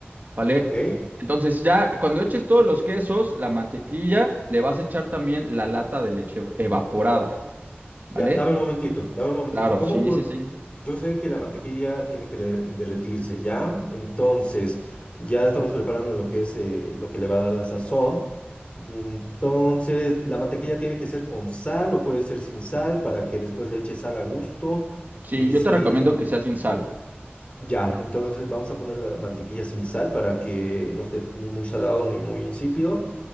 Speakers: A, on the right; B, on the left.
A: ¿vale?
B: ok.
A: Entonces ya cuando eches todos los quesos, la mantequilla, le vas a echar también la lata de leche ev- evaporada,
B: Ya,
A: ¿vale?
B: dame un momentito, dame un momentito.
A: Claro,
B: ¿Cómo
A: sí,
B: puedo?
A: sí, sí.
B: Yo sé que la mantequilla tiene que re- derretirse, ¿ya? Entonces, ya estamos preparando lo que es eh, lo que le va a dar la sazón. Y entonces, la mantequilla tiene que ser con sal o puede ser sin sal para que después le eche sal a gusto.
A: Sí,
B: Y
A: yo
B: si,
A: te recomiendo que sea sin sal,
B: ya, entonces vamos a poner la mantequilla sin sal para que no esté ni muy salado ni muy insípido.